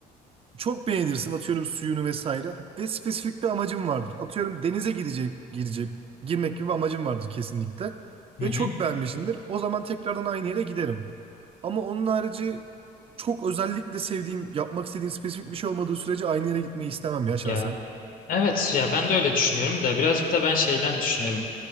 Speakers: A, on the right; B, on the left.
A: çok beğenirsin atıyorum suyunu vesaire ve spesifik bir amacın vardır. Atıyorum denize gidecek, girecek, girmek gibi bir amacın vardır kesinlikle
B: Hı
A: ve
B: hı.
A: çok beğenmişsindir. O zaman tekrardan aynı yere giderim. Ama onun harici çok özellikle sevdiğim, yapmak istediğim spesifik bir şey olmadığı sürece aynı yere gitmeyi istemem ya şahsen.
B: Ya. Evet ya ben de öyle düşünüyorum da birazcık da ben şeyden düşünüyorum.